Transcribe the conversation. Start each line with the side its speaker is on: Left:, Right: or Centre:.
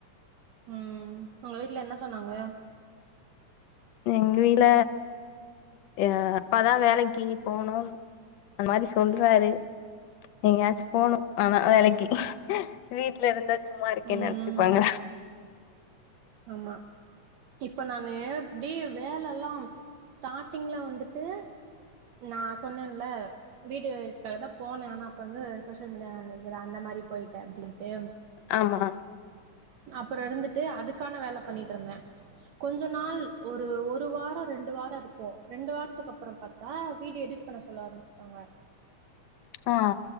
Right: உ உங்க வீட்ல என்ன சொன்னாங்க
Left: எங்க வீட்ல எங்க அப்பாதா வேலைக்கு போனு அந்த மாதிரி சொல்றாரு எங்கயாச்சு போணு ஆனா வேலைக்கு
Right: ம்
Left: வீட்ல இருந்தா சும்மா இருக்கேன்னு
Right: ம்
Left: நினைச்சுப்பாங்க
Right: ஆமா இப்ப நானு ப்டி வேலல்லா ஸ்டாட்டிங்ல வந்துட்டு நா சொன்னேல்ல வீடியோ தா போனே ஆனா அப்றோ வந்து சோசியல் மீடியா மேனேஜர் அந்த மாதிரி போயிட்ட அப்டின்ட்டு
Left: ஆமா
Right: அப்றோ இருந்துட்டு அதுக்கான வேலை பண்ணிட்டு இருந்தே கொஞ்ச நாள் ஒரு ஒரு வாரோ ரெண்டு வாரோ இருக்கும ரெண்டு வாரத்துக்கு அப்றோ பாத்தா வீடியோ எடி னை சொல்ல ஆரம்பிச்சுட்டாங்க
Left: ஆ